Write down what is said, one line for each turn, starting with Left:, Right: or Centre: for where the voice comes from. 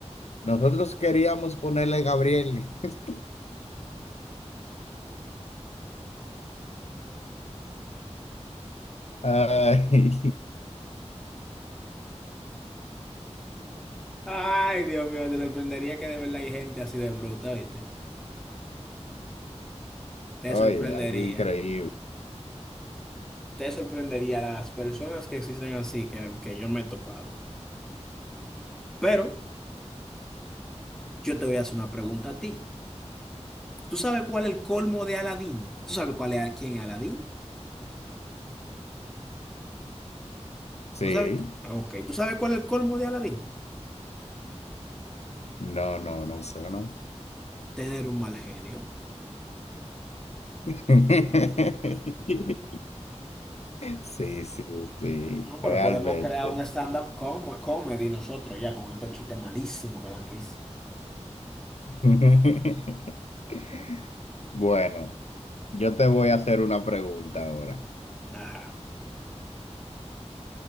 Left: nosotros queríamos ponerle Gabriel. <laughs> Ay,
Centre: Ay, Dios mío, te sorprendería que de verdad hay gente así de bruta, ¿viste?
Left: <laughs>
Centre: Te
Left: oye,
Centre: sorprendería.
Left: algo increíble.
Centre: Te sorprendería las personas que existen así que, que yo me he topado. Pero yo te voy a hacer una pregunta a ti. ¿Tú sabes cuál es el colmo de Aladín? ¿Tú sabes cuál es, quién es Aladín?
Left: Sí,
Centre: ¿No sabes quién? Ok, ¿tú sabes cuál es el colmo de Aladín?
Left: no, no, no sé, ¿no?
Centre: Tener un mal genio.
Left: <laughs> Sí, sí, sí,
Centre: No, pero
Left: realmente.
Centre: podemos crear un stand-up com- comedy nosotros ya con estos chistes malísimos que dan risa.
Left: <laughs> Bueno, yo te voy a hacer una pregunta ahora.
Centre: Ajá.